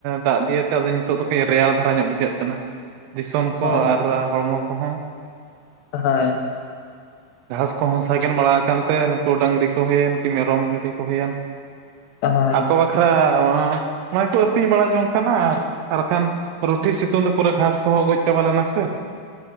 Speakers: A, on the right; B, on the left.
A: ᱫᱟᱜ ᱫᱤᱭᱮᱛᱮ ᱟᱫᱚ ᱱᱤᱛᱚᱜ ᱫᱚ ᱠᱟᱹᱡ ᱨᱮᱭᱟᱲ ᱫᱷᱟᱨᱟ ᱧᱚᱜ ᱵᱩᱡᱷᱟᱹᱜ ᱠᱟᱱᱟ ᱫᱤᱥᱚᱢ ᱠᱚ
B: ᱦᱳᱭ
A: ᱟᱨ ᱦᱚᱲᱢᱚ ᱠᱚᱦᱚᱸ
B: ᱦᱚᱭ
A: ᱜᱷᱟᱸᱥ ᱠᱚᱦᱚᱸ ᱥᱟᱜᱮᱱ ᱵᱟᱲᱟ ᱠᱟᱱ ᱛᱮ ᱱᱩᱠᱩ ᱰᱟᱹᱝᱨᱤ ᱠᱚ ᱦᱩᱭᱮᱱ ᱠᱤ ᱢᱮᱨᱚᱢ ᱵᱷᱤᱰᱤ ᱠᱚ ᱦᱩᱭᱮᱱ
B: ᱦᱳᱭ
A: ᱟᱠᱚ ᱵᱟᱠᱷᱨᱟ ᱚᱱᱟ ᱚᱱᱟ ᱠᱚ ᱟᱹᱛᱤᱧ ᱵᱟᱲᱟ ᱡᱚᱝ ᱠᱟᱱᱟ ᱟᱨ ᱟᱨᱠᱷᱟᱱ ᱨᱩᱴᱷᱤ ᱥᱤᱛᱩᱝ ᱛᱮ ᱯᱩᱨᱟᱹ ᱜᱷᱟᱸᱥ ᱠᱚᱦᱚᱸ ᱜᱚᱡ ᱪᱟᱵᱟ ᱞᱮᱱᱟ ᱥᱮ